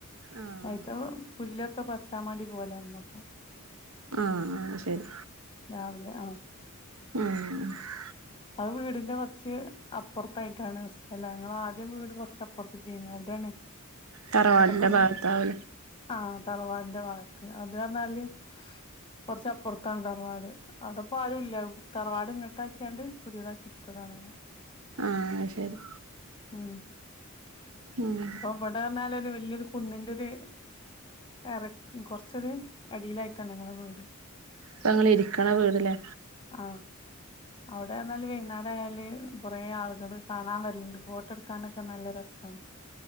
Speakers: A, on the right; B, on the left.
A: ഉം
B: അയ്ത്ത പുല്ലൊക്കെ പറിച്ചാൻ മാണ്ടി പോയതാണ് ഇമ്മ ഇപ്പം
A: ആഹ ശരി
B: രാവിലെ ആഹ
A: ഉം
B: അത് വീടിന്റെ കുറച്ച് അപ്പുറത്തായിട്ടാണ് സ്ഥലം, ഞങ്ങളെ ആദ്യം വീട് കുറച്ച് അപ്പുറത്ത്ക്കേനി അവിടെണ്.
A: തറവാടിന്റെ
B: അവിടപ്പം
A: ഭാഗത്താവൂലേ
B: ആഹ തറവാടിന്റെ ഭാഗത്ത് അത് പർഞ്ഞാല് കുറച്ചപ്പുറത്താണ് തറവാട്. അവിടപ്പ ആരു ഇല്ല തറവാട് ഇങ്ങോട്ട ആക്കിയാണ്ട് പുതിയതാക്കി ഇടുത്തതാണ്.
A: ആഹ ശരി.
B: ഉം
A: ഉം
B: അപ്പൊ വിടർഞ്ഞാല് ഒരു വല്യൊരു കുന്നിന്റെ ഒരു എർക്ക് കൊറച്ചരു അടിയിലായിട്ടാണ് ഞങ്ങളുടെ വീട്.
A: ഇപ്പ ങ്ങള് ഇരിക്കണ വീട്ലേ
B: ആഹ ഇവിടെർഞ്ഞാല് വൈന്നാരം ആയാല് കുറെ ആളുകള് കാണാൻ വര്ല്ലണ്ട് ഫോട്ടോ എടുക്കാനൊക്കെ നല്ല രസാണ്. <inaudible>